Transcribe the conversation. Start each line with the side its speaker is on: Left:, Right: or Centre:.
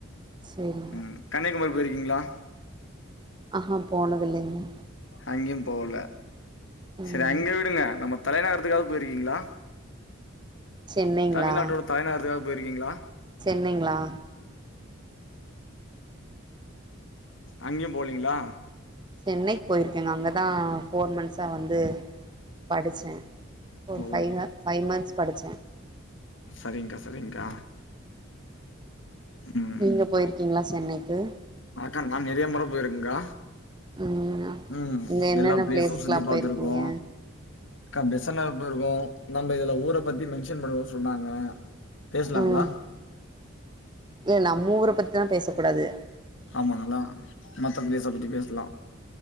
Right: சரிங்க
Left: ம் கன்னியாகுமரி போயிருக்கீங்ளா
Right: அஹா போனதில்லைங்க
Left: அங்யு போல
Right: ம்
Left: சரி அங்க விடுங்க நம்ம தலைநகரத்துக்காவது போயிருக்கீங்ளா
Right: சென்னைங்களா
Left: தமிழ்நாட்டோட தலைநகர்த்துக்காது போயிருக்கீங்ளா
Right: சென்னைங்ளா
Left: அங்கயு போலீங்ளா
Right: சென்னைக்கு போயிருக்கங்க அங்கதா ஃபோர் மந்த்ஸா வந்து படிச்ச ஒரு
Left: ஓ
Right: ஃபைவ்வ ஃபைவ் மந்த்ஸ் படிச்ச
Left: சரிங்க்கா சரிங்க்கா ம்
Right: நீங்க போயிருக்கீங்ளா சென்னைக்கு
Left: அக்கா நா நெறிய முற போயிருக்கங்க்கா
Right: ம்
Left: ம்
Right: அங்க என்னென்ன
Left: எல்லா ப்ளேஸு
Right: பிளேஸ்க்குலா
Left: சுத்தி பாத்திருக்கோ
Right: போயிருக்கீங்க
Left: அக்கா பெசன் நகர் போய்ருக்கோ நம்ம இதுல ஊரப் பத்தி மென்ஷன் பண்ணக்கூடாது சொன்னாங்க பேசலாங்களா
Right: ம் ஏ நம்ம ஊரப் பத்திதா பேச கூடாது
Left: ஆமாங்களா மத்த ப்ளேஸ பத்தி பேசலா